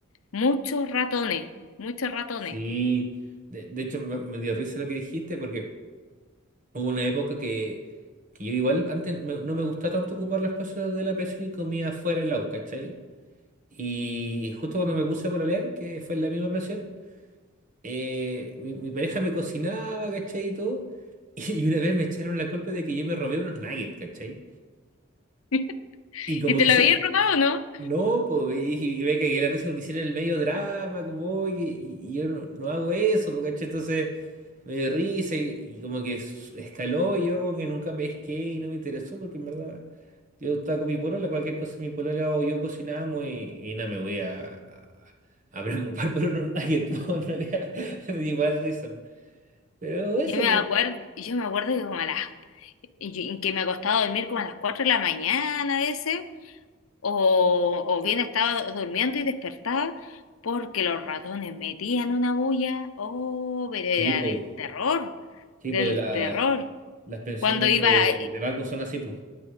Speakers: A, on the left (about 75°); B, on the right (about 40°).
A: Muchos ratones, muchos ratones.
B: Sí. De, de hecho, me, me dio risa lo que dijiste porque hubo una época que, que yo igual antes me- no me gustaba tanto ocupar los espacios de la pensión y comía fuera en la U, ¿cachai? Y justo cuando me puse a pololear, que fue en la misma pensión. eh, mi, mi pareja me cocinaba, ¿cachai? Y todo. <laughs> Y una vez me echaron la culpa de que yo me robé unos nuggets, ¿cachai?
A: <laughs>
B: Y como
A: ¿Y te
B: que hice-
A: lo habías robado o no?
B: no, pues, y, dije- y me cagué la risa porque hicieron el medio drama, como, oye, y, y yo no, no hago eso, pues, ¿cachai? Entonces me dio risa y, y como que s- escaló y yo como que nunca pesqué y no me interesó porque en verdad yo estaba con mi polola, cualquier cosa mi polola o yo cocinábamos y, y no me voy a, a, a preocupar <laughs> por unos nuggets, <laughs> pues, en realidad <laughs> me dio igual risa. Pero eso,
A: Yo me
B: pues.
A: acuerdo, yo me acuerdo que como a las, y- que me ha costado dormir como a las 4 de la mañana a veces, o, o bien estaba durmiendo y despertaba porque los ratones metían una bulla. Oh, pero era
B: Sí, pues.
A: del terror,
B: Sí,
A: del
B: po, de la-
A: terror.
B: las pensiones
A: Cuando iba,
B: de, de Valpo son así, pues.